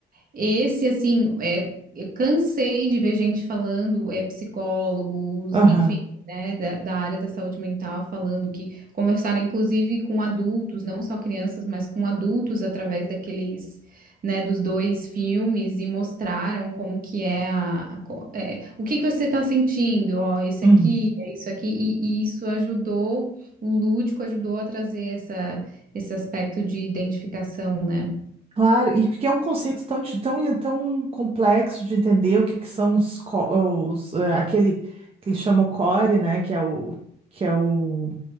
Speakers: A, on the right; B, on the right.
A: esse, assim, é, eu cansei de ver gente falando, é, psicólogos,
B: Aham.
A: enfim, né, da, da área da saúde mental, falando que conversaram, inclusive, com adultos, não só crianças, mas com adultos, através daqueles, né, dos dois filmes, e mostraram como que é a... a co- é, o que que você está sentindo, ó, esse
B: Uhum.
A: aqui, é isso aqui, e, e isso ajudou, o lúdico ajudou a trazer essa, esse aspecto de identificação, né?
B: Claro, e porque é um conceito tão, di- tão, tão complexo de entender o que, que são os, co- os, eh, aquele que eles chamam o core, né? Que é o que é o